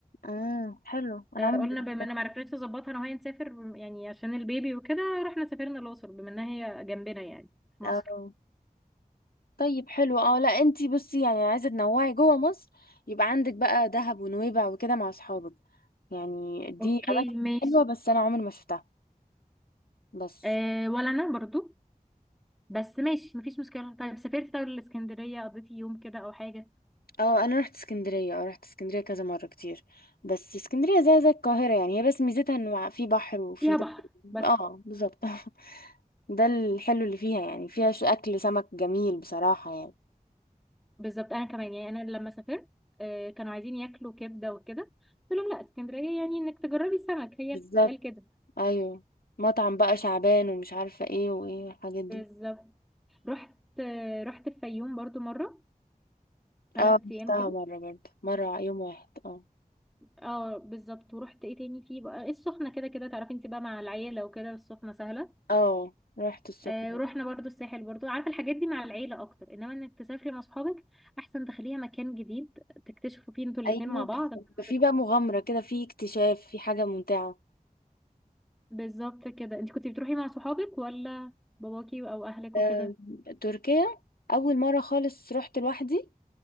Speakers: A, on the left (about 85°); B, in the centre.
A: امم حلو انا
B: آه،
A: عمري
B: قلنا
A: ما رحت
B: بما ان معرفناش نظبطها انا وهي نسافر يعني عشان البيبي وكده رحنا سافرنا الاقصر بما انها هي جنبنا يعني في
A: اه
B: مصر
A: طيب حلو اه لا انتي بصي يعني عايزه تنوعي جوه مصر يبقى عندك بقى دهب ونويبع وكده مع اصحابك يعني دي
B: اوكي
A: اماكن
B: ماشي
A: حلوه بس انا عمري ما شفتها بس
B: أه ولا انا برضو بس ماشي مفيش مشكله طيب سافرت طول الاسكندريه قضيت يوم كده او حاجه
A: اه انا رحت اسكندريه اه رحت اسكندريه كذا مره كتير بس اسكندريه زي زي القاهره يعني هي بس ميزتها انه في بحر وفي
B: فيها بحر بس
A: اه بالظبط <laughs> ده الحلو اللي فيها يعني فيها ش- اكل سمك جميل بصراحه يعني
B: بالظبط انا كمان يعني انا لما سافرت أه كانوا عايزين ياكلوا كبده وكده قلت لهم لا اسكندريه يعني انك تجربي السمك هي
A: بالظبط
B: بتتقال كده
A: ايوه مطعم بقى شعبان ومش عارفه ايه وايه الحاجات دي
B: بالظبط رحت آه، رحت الفيوم برضو مره ثلاث
A: اه رحتها
B: ايام كده
A: مره برضه مره يوم واحد اه
B: اه بالظبط ورحت ايه تاني فيه بقى السخنه كده كده تعرفي انت بقى مع العيله وكده السخنه سهله
A: اه رحت السخنه
B: آه رحنا برضو الساحل برضو عارفه الحاجات دي مع العيله اكتر انما انك تسافري مع اصحابك احسن تخليها مكان جديد تكتشفوا فيه انتوا الاتنين
A: ايوه
B: مع بعض ما
A: في
B: تت-
A: بقى مغامره كده في اكتشاف في حاجه ممتعه
B: بالظبط كده انت كنت بتروحي مع صحابك ولا باباكي او اهلك
A: آه،
B: وكده
A: تركيا اول مره خالص رحت لوحدي